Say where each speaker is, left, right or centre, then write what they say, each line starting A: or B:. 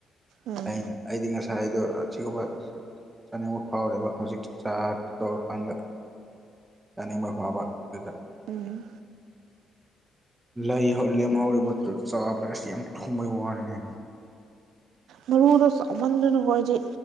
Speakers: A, on the right; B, on the right.
A: ꯎꯝ
B: ꯑꯩꯅ ꯑꯩꯗꯤ ꯉꯁꯥꯏꯗꯣ ꯑꯆꯤꯒꯨꯝꯕ ꯆꯥꯅꯤꯡꯕ ꯐꯥꯎꯔꯦꯕ ꯍꯧꯖꯤꯛ ꯆꯥ ꯇꯧꯔꯀꯥꯟꯗ ꯆꯥꯅꯤꯡꯕ ꯐꯥꯎꯕ ꯑꯗꯨꯗ
A: ꯎꯝ
B: ꯂꯩ ꯂꯦꯝꯍꯧꯔꯤꯕꯗꯨ ꯆꯥꯕꯗ ꯑꯁ ꯌꯥꯝ ꯊꯨꯝꯕꯩ ꯋꯥꯅꯤ
A: ꯃꯔꯨꯗꯣ ꯆꯥꯎꯃꯟꯗꯨꯅꯀꯣ ꯑꯩꯗꯤ